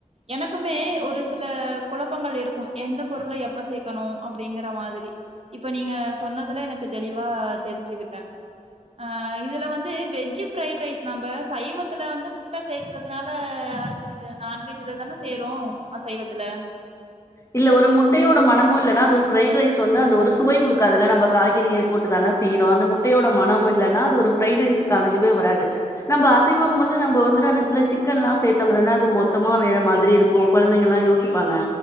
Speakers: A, on the right (about 50°); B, on the left (about 20°).
A: எனக்குமே ஒரு சில குழப்பங்கள் இருக்கும் எந்த பொருளை எப்ப சேக்கணு அப்டிங்கிற மாதிரி இப்ப நீங்க சொன்னதுல எனக்கு தெளிவா தெரிஞ்சுகிட்டே ஆ இதுல வந்து வெஜ் பிரைட் ரைஸ் நம்ம சைவத்துல வந்து முட்ட சேக்கறதுனால அது இது நான்வெஜ்ல தான செய்ரோ அசைவத்துல
B: இல்ல ஒரு முட்டையோட மனமு இல்லன்னா அது ஃப்ரைட் ரைஸ் வந்து அந்த ஒரு சுவை குடுக்காதுல்ல நம்ம காய்கறிகள் போட் டு தான செய்றோ அந்த முட்டையோட மனம் இல்லன்னா அது ஒரு பிரைட் ரைஸுகானதுவே வராது நம்ம அசைவங்கம்போது நம்ம வந்துட்டு அந்த எடத்துல சிக்கன்லா சேத்தமனா அது மொத்தமா வேற மாரி இருக் கு கொழந்தைங்கலா யோசிப்பாங்க